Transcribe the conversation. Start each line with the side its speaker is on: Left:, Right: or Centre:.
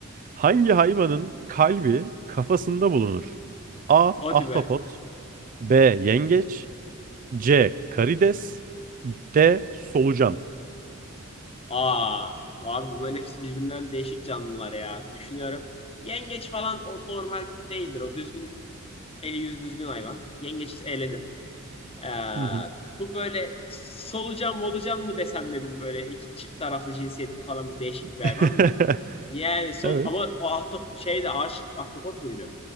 Right: Hangi hayvanın kalbi kafasında bulunur? A.
Left: Hadi
Right: Ahtapot
Left: be.
Right: B. Yengeç. C. Karides. D. Solucan.
Left: Aa, abi bunların hepsi birbirinden değişik canlılar ya. Düşünüyorum. Yengeç falan o normal değildir. O düzgün, eli yüzü düzgün hayvan. Yengeçiz eledim. Ee,
Right: Hı hı.
Left: bu böyle solucan molucan mı desem dedim böyle iki çift taraflı cinsiyetli falan değişik
Right: <laughs>
Left: bir hayvan da. Yani sol
Right: Evet.
Left: ama o ahtap şey de aşık ahtapot muydu?